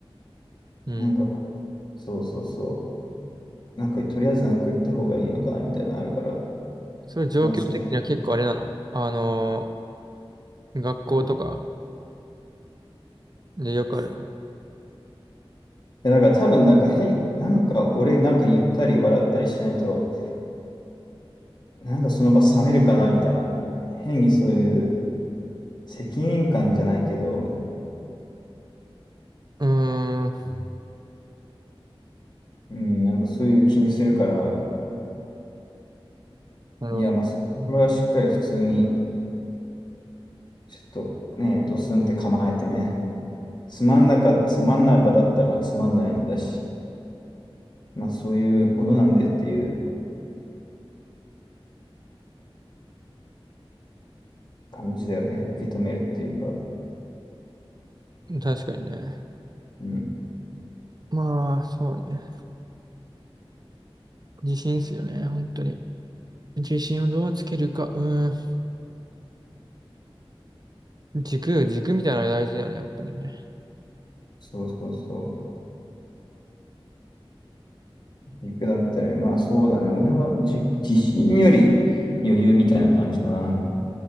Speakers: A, on the right (about 45°); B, on the left (about 50°).
A: <laughs> うん。
B: なんかこ、そうそうそう。なんかとりあえずなんか言った方がいいのかなみたいなのあるから。
A: それ状況的には結構あれなの。
B: いや、そう。
A: あのー学校とかでよくあるの。
B: いや、だから多分なんか変、なんか俺なんか言ったり笑ったりしないと、なんかその場冷めるかなみたいな。変にそういう、責任感じゃないけど、
A: うーん。
B: うん、なんかそういう気にするから、
A: なるほど
B: いや、まあ、そこれはしっかり普通に、ちょっとね、ドスンって構えてね、つまんなか、つまんない場だったらもうつまんないんだし、まあそういうものなんだよっていう感じだよね、受け止めるっていうか、
A: ね。確かにね。
B: うん、
A: まあ、そうね。自信っすよね、本当に。自信をどうつけるか。うーん。軸、軸みたいなのが大事だよね、やっぱりね。
B: そうそうそう、軸だったら、まあそうだね、俺はじ自信より余裕みたいな感じかな。